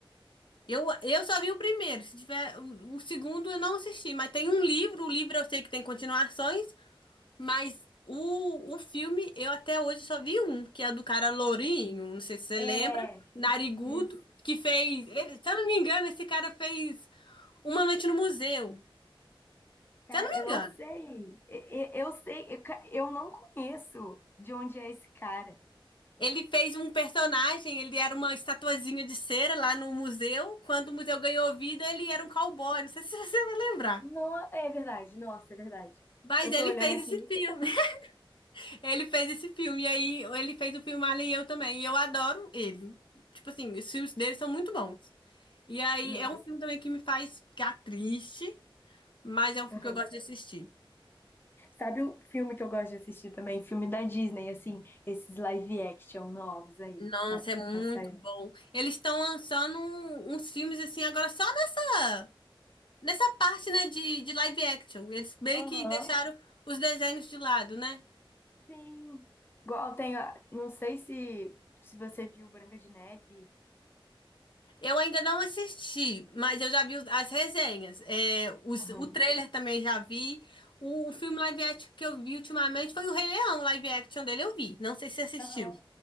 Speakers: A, on the left; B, on the left.
A: Eu, eu só vi o primeiro. Se tiver o, o segundo, eu não assisti. Mas tem um livro. O livro eu sei que tem continuações, mas o, o filme eu até hoje só vi um, que é o do cara lourinho. Não sei se você
B: É,
A: lembra, narigudo,
B: isso.
A: que fez. ele- se eu não me engano, esse cara fez Uma Noite no Museu.
B: Cara,
A: Se eu não
B: eu
A: me engano.
B: não sei. E- e- Eu, sei, eu, ca- eu não conheço de onde é esse cara.
A: Ele fez um personagem, ele era uma estatuazinha de cera lá no museu. Quando o museu ganhou vida, ele era um cowboy. Não sei se você vai lembrar.
B: No, é verdade, nossa, é verdade.
A: Mas
B: Eu
A: ele
B: tô olhando
A: fez
B: aqui.
A: esse filme. <laughs> Ele fez esse filme. E aí ele fez o filme Alien e eu também. E eu adoro ele. Tipo assim, os filmes dele são muito bons. E aí
B: Nossa.
A: é um filme também que me faz ficar triste, mas é um filme
B: aham.
A: que eu gosto de assistir.
B: Sabe o filme que eu gosto de assistir também? Filme da Disney, assim, esses live action novos aí
A: Nossa,
B: que tá,
A: é muito
B: que tá saindo.
A: bom. Eles estão lançando um- uns filmes assim agora só da Nessa parte, né, de, de live action, eles meio
B: Aham.
A: que deixaram os desenhos de lado, né?
B: Sim. Igual tem, a- não sei se se você viu Branca de Neve.
A: Eu ainda não assisti, mas eu já vi os- as resenhas. É, os-
B: Aham.
A: o trailer também já vi. O, o filme live action que eu vi ultimamente foi o Rei Leão, o live action dele eu vi. Não sei se você assistiu.
B: Aham.